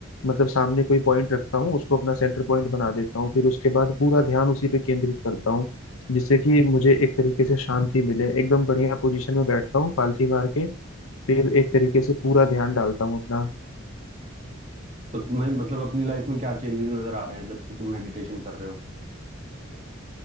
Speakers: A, on the left (about 80°); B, on the right (about 35°).
A: मतलब सामने कोई पॉइंट रखता हूँ उसको अपना सेंटर पॉइंट बना देता हूँ फिर उसके बाद पूरा ध्यान उसी पे केंद्रित करता हूँ जिससे कि मुझे एक तरीके से शांति मिले एकदम बढ़िया पोजीशन में बैठता हूँ पालथी मार के फिर एक तरीके से पूरा ध्यान डालता हूँ अपना
B: तो तुम्हें मतलब अपनी लाइफ में क्या चेंजेस नजर आ रहे हैं जब से तुम मेडिटेशन कर रहे हो